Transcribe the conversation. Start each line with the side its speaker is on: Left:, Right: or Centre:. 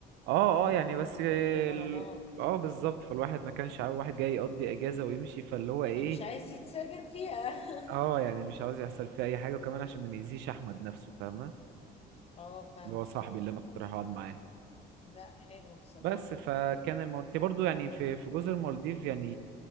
Right: اه اه يعني بس ال-
Left: وغرامات
Right: اه بالظبط فالواحد ما كانش عاوز واحد جاي يقضي اجازه ويمشي فاللي هو ايه
Left: فمش عايز يتسجن فيها <laughs>
Right: اه يعني مش عاوز يحصل فيه اي حاجه وكمان عشان ما نأذيش احمد نفسه فاهمه
Left: اه فاهمة
Right: اللي هو صاحبي اللي انا كنت رايح اقعد معاه
Left: لا حلو بصراحة
Right: بس فكان الموضوع انت برضو يعني في في جزر المالديف يعني